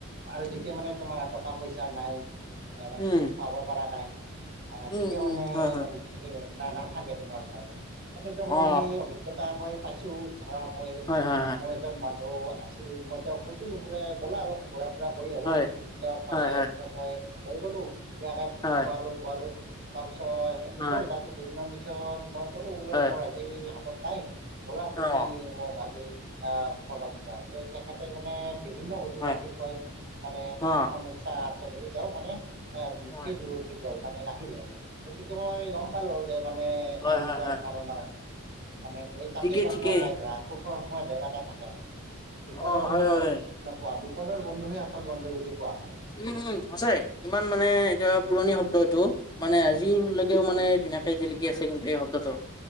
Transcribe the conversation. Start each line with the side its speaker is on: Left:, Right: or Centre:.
Right: আৰু যেতিয়া মানে তোমাৰ টকা পইচা নাই
Left: উম
Right: তুমি খুৱাব পৰা নাই আ তেতিয়া
Left: উম
Right: মানে
Left: উম হয় হয়
Right: সেই নাথাকে তোমাৰ ওচৰত সেনেকোৱা মই
Left: অ
Right: মানে এই অভিজ্ঞতা মই পাইছো ধৰা মই
Left: হয় হয় হয়
Right: মোৰ এজন মান বন্ধু আছিল মই তেওঁক কৈছিলো বোলে ব'লা অলপ ঘূৰা ফুৰা কৰি আহো
Left: হয়
Right: তেওঁক মানে
Left: হয় হয়
Right: পিছত মই লৈ গলো ধুনীয়াকে
Left: হয়
Right: খোৱালো বোৱালো তাৰপিছত সেনেকে
Left: হয়
Right: গ'ল তাৰপিছত দুদিনমান পিছত মই কলো বোলে
Left: হয়
Right: মোৰ আজি হাতত নাই ব'লা তুমি
Left: হয় অ
Right: মোক আজি অ খোৱাবা কিবা এটা তেখেতে মানে বিভিন্ন অজুহাত
Left: হয়
Right: দেখুৱাই মানে
Left: অ',
Right: সমস্যা আছে বুলি তেওঁ মানে
Left: হয়,
Right: পিছ হুহুকি গল মানে নাহিলে গতিকে মই গম পালো যে মানে
Left: হয়,
Right: এনেকোৱা
Left: হয়, হয়
Right: ধৰণৰ মানে এই তাতেই
Left: ঠিকেই,
Right: গম
Left: ঠিকেই
Right: পোৱা যায় ধৰা সুখৰ সময়ত দেবাকে থাকে বিপদৰ
Left: অ',
Right: সময়ত
Left: হয়, হয়, হয়।
Right: মানে পোৱা বিপদৰ বন্ধুহে আচল বন্ধু বুলি কোৱা হয়
Left: উম
Right: যিহেতু
Left: উম সঁচাই ইমান মানে এতিয়া পুৰণি শব্দ এইটো মানে আজিলৈকেও মানে ধুনীয়াকে জিলিকি আছে কিন্তু এই শব্দটো